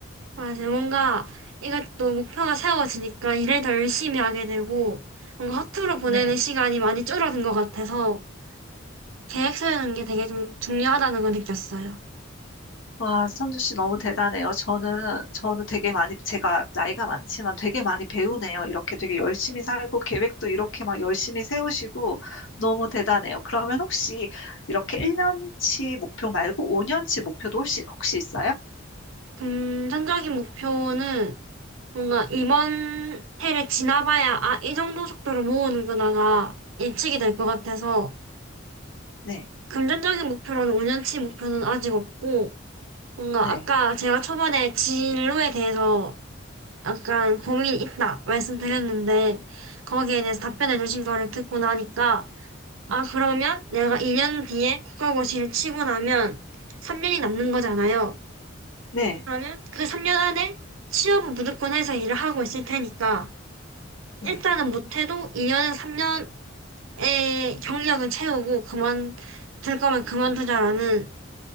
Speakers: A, on the right; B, on the left.
A: 맞아. 뭔가 이것도 목표가 세워지니까 일을 더 열심히 하게 되고, 뭔가 허투루 보내는
B: 네.
A: 시간이 많이 줄어든 것 같아서 계획 세우는 게 되게 좀 중요하다는 걸 느꼈어요.
B: 와, 선주 씨 너무 대단해요. 저는, 저는 되게 많이, 제가 나이가 많지만 되게 많이 배우네요. 이렇게 되게 열심히 살고 계획도 이렇게 막 열심히 세우시고 너무 대단해요. 그러면 혹시 이렇게 1년치 목표 말고 5년치 목표도 혹시, 혹시 있어요?
A: 금전적인 목표는 뭔가 이번 해를 지나봐야 아, 이 정도 속도로 모으는구나가 예측이 될 것 같아서
B: 네,
A: 금전적인 목표로는 5년치 목표는 아직 없고 뭔가
B: 네,
A: 아까 제가 초반에 진로에 대해서 약간 고민이 있다 말씀드렸는데 거기에 대해서 답변해 주신 거를 듣고 나니까 아 그러면 내가 2년 뒤에 국가고시를 치고 나면 3년이 남는 거잖아요.
B: 네,
A: 그러면 그 3년 안에 취업은 무조건 해서 일을 하고 있을 테니까
B: 네.
A: 일단은 못해도 2년에서 3년의 경력은 채우고 그만둘 거면 그만두자라는